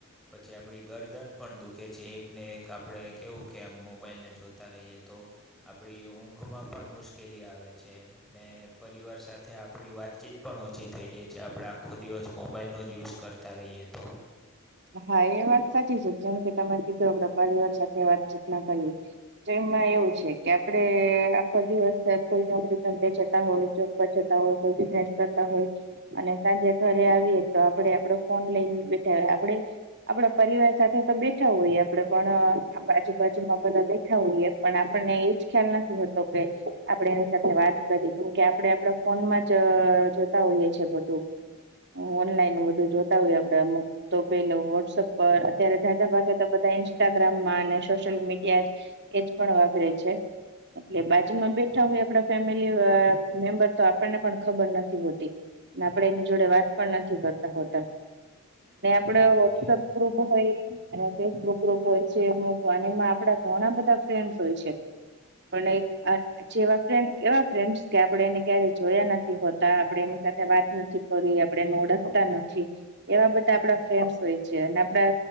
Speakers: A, in the centre; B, on the right.
A: પછી આપણી ગરદન પણ દુઃખે છે, એક ને એક આપણે કેહેવું કે આમ મોબાઈલને જોતા રહીએ તો આપણી ઊંઘમાં પણ મુશ્કેલી આવે છે. ને પરિવાર સાથે આપડી વાતચીત પણ ઓ છી થઈ જાય છે, આપણે આખો દિવસ મોબાઈલનો જ યુઝ કરતા રહીએ તો
B: હા એ વાત સાચી છે, કેમ કે તમે કીધુ પરિવાર સાથે વાત ચિત ના કરીએ તેમાં એવું છે કે આપડે આખો દિવસ કોઈ નોકરી ધંધે જતા હોય કોઈ બિઝનેસ કરતા હોય અને સાંજે ઘ રે આવીએ તો આપડે આપડો ફોન લઈને બેઠા, આપડે આપડા પરિવાર સાથે તો બેઠા હોયએ આપડે પણ આજુબાજુમાં બધા બેઠા હોએ પણ આપણને એજ ખ્યાલ નથી હોતો કે આપણે એની સાથે વાત કરી કેમકે આપડે આપડા ફોનમાં જ જોતા હોઈએ છે, બધું ઓનલાઈન બધું જોતા હોઈએ આપડે અમુક પેલુ વોટસપ પર અત્યારે જાઝાઝા ભાગે તો બધા ઇન્સ્ટાગ્રામમાં અને સોશિયલ મીડિયા જ એજ પણ વાપરે છે, એટલે બા જુ માં બેઠા હોય આપણા ફેમિલી મેમ્બર તો આપણને પણ ખબર નથી હોતી. અને આપડે એની જોડે વાત પણ નથી કરતા હોતા. આપડુ
A: હા
B: વોટ્સઅપ
A: એ
B: ગ્રુપ હોય અને ફેસબુક ગ્રુપ હોય છે, મોઘવાન એમાં આપડા ઘણા બધા ફ્રેન્ડ્સ હોય છે. પણ એક જેવા ફ્રેન્ડ એવા ફ્રેન્ડ કે આપણેે એને ક્યારેય જોયા નથી હોતા આપણે એની સાથે વાત નથી કરી આપણે એને ઓળખતા નથી કે એવા બધા આપડા ફ્રેન્સ હોય છે અને આપડા